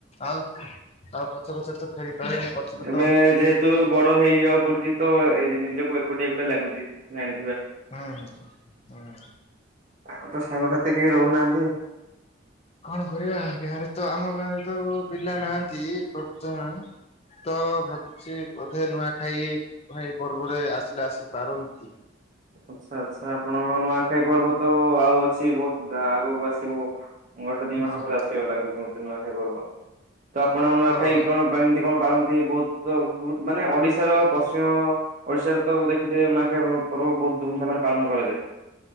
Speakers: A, on the left; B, on the right.
A: ଆଉ ଆଉ ପଛ ପଛ ତ ଫେରି ପାରିବନି ପଛକୁ
B: ଏବେ
A: ତ।
B: ଯେହେତୁ ବଡ ହେଇଯିବାକୁ ପଡୁଛି ତ ଏଇ ନିଜକୁ ଏକୁଟିଆ ଏକୁଟିଆ ଲାଗୁ ଜାଣି
A: ହୁଁ ହୁଁ।
B: ଆଉ ତ ସାଙ୍ଗସାଥି କେହି ରହୁନାହାନ୍ତି।
A: କଣ କରିବା ଗାଁରେ ତ ଆମ ଗାଁରେ ତ ପିଲା ନାହାନ୍ତି ବର୍ତ୍ତମାନ। ତ ଭାବୁଚି ବୋଧେ ନୂଆ ଖାଇ ଖୁଆଇ ପର୍ବରେ ଆସିଲେ ଆସି ପାରନ୍ତି।
B: ଆଚ୍ଛା ଆଚ୍ଛା ଆପଣଙ୍କ ନୂଆଖାଇ ପର୍ବ ତ ଆଉ ଅଛି ବହୁତ ଆଗକୁ ଆସିବ। ମୁଁ ଗୋଟେ ଦି
A: ହଁ
B: ମାସ ପରେ ଆସିବାକୁ ଲାଗୁଛି ମୋତେ ନୂଆ ଖାଇ ପର୍ବ। ତ ଆପଣ
A: ହଁ
B: ନୂଆଖାଇ
A: ହଁ
B: କଣ କେମିତି କଣ ପାଳନ୍ତି? ବହୁତ ବ ମାନେ ଓଡିଶାର ପଶ୍ଚିମ ଓଡିଶାରେ ତ ଦେଖିଥିବେ ନୂଆଖାଇ ପର୍ବ ବହୁତ ଧୁମଧାମରେ ପାଳନ କରାଯାଏ।